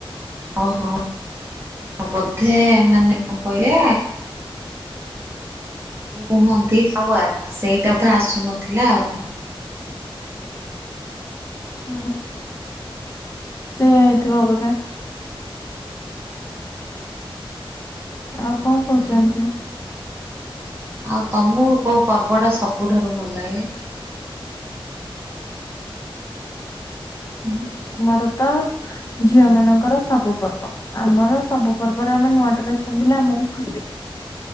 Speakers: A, on the right; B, on the left.
A: ଓହୋ ବୋଧେ ମାନେ କଣ କହିବେ ଯ କୁହନ୍ତି ଟାୱାର ସେଇଟା ବୋଧେ ଆସୁନଥିଲା ଆଉ।
B: <inaudible> ହୁଁ ସେଇଆା ହେଇଥିବ ବୋଧେ? ଆଉ କଣ କହୁଛନ୍ତି?
A: ହୁଁ ଆଉ ତମକୁ କୋଉ ପର୍ବ ଟା ସବୁଠାରୁ ଭଲ ଲାଗେ? ହୁଁ।
B: ଆମର ତ ଝିଅମାନଙ୍କର ସବୁ ପର୍ବ, ଆମର ସବୁ ପର୍ବରେ ଆମେ ନୂଆ ଡ୍ରେସ୍ ପିନ୍ଧିଲେ ଆମକୁ ଖୁସି,